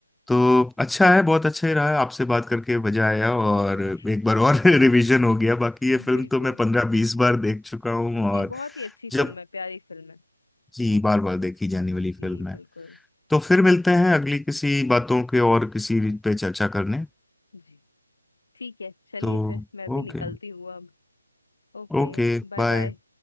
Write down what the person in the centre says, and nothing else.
तो अच्छा है बहुत अच्छा ही रहा है आपसे बात करके मजा आया और
एक बार और <laughs> रिवीजन हो गया बाकी
ये फिल्म
तो मैं पंद्रह बीस बार देख चुका हूँ
और
जब
जी बार बार देखी जाने वाली
फिल्म है
तो फिर मिलते हैं अगली किसी बातों के और किसी पे चर्चा करने
तो
ओके
ओके
बाय